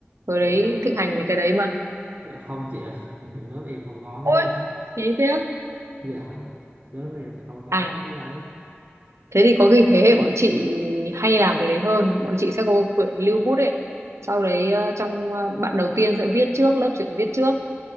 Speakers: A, on the right; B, on the right.
A: hồi
B: dạ
A: đấy thịnh hành mấy cái đấy mà
B: dạ không chị ơi <laughs> lớp em không có mấy
A: ôi
B: cái đấy
A: chí thế á?
B: dạ lớp em lại không có
A: à
B: mấy cái đấy
A: thế thì có khi thế hệ bọn chị hay làm cái đấy hơn bọn chị sẽ có quyển lưu bút ấy sau đấy ờ, trong ờ, bạn đầu tiên sẽ viết trước lớp trưởng viết trước